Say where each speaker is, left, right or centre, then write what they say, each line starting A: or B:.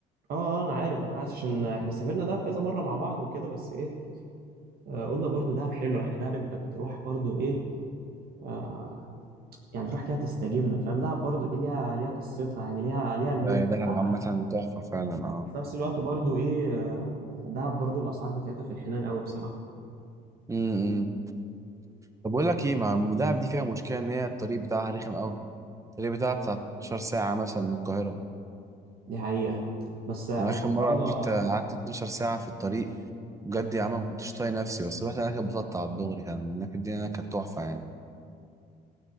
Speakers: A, on the right; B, on the right.
A: اه آه، انا عارف انا عارف عشان احنا سافرنا دهب كذا مرة مع بعض وكده بس ايه آه، قلنا برضو دهب حلو يعني دهب انت بتروح برضو ايه آه يعني تروح كده تستجم فاهم دهب برضو ايه ليها ليها قصتها يعني ليها ليها المود
B: لا يا دهب
A: بتاعها
B: عامه تحفه فعلا اه
A: في نفس الوقت برضو ايه آه، دهب برضو الاسعار بتاعتها في الحنان قوي بصراحة
B: امم طب بقول لك ايه ما دهب دي فيها مشكله ان هي الطريق بتاعها رخم قوي الطريق بتاعها بتاع 12 ساعه مثلا من القاهره
A: دي حقيقة بس احنا
B: انا اخر
A: فكرنا
B: مره رحت قعدت 12 ساعه في الطريق بجد يا عم ما كنتش طايق نفسي بس رحت هناك اتبسطت على الدغري كان هناك الدنيا هناك كانت تحفه يعني